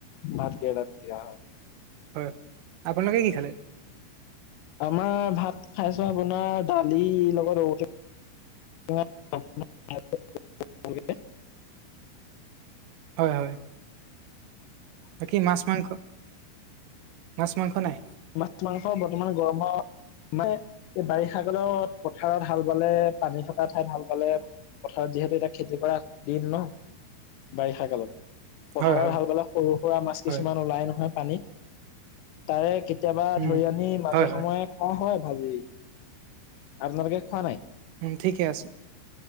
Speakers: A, on the left; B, on the right.
A: ভাত কেৰেলা পিটিকা হয়।
B: হয় আপোনালোকে কি খালে
A: আমাৰ ভাত খাইছ আপোনাৰ দালিৰ লগত ৰ <unintelligible>
B: হয় হয় বাকী মাছ মাংস মাছ মাংস নাই
A: মাছ মাংস বৰ্তমান গৰমৰ মানে এই বাৰিষাাগলত পথাৰত হাল পালে পানী থকা ঠাইত হাল পালে পথাৰত যিহেতু এতিয়া খেতি কৰা দিন ন বাৰিষা কালত পথাৰত
B: হয় হয়
A: হাল বালে সৰু সুৰা মাছ কিছুমান
B: হয়
A: ওলাই নহয় পানীত তাৰে কেতিয়াবা
B: উম
A: ধৰি আনি মাজে
B: হয় হয়
A: সময়ে খোৱা হয় ভাজি আপোনালোকে খোৱা নাই
B: উম ঠিকে আছে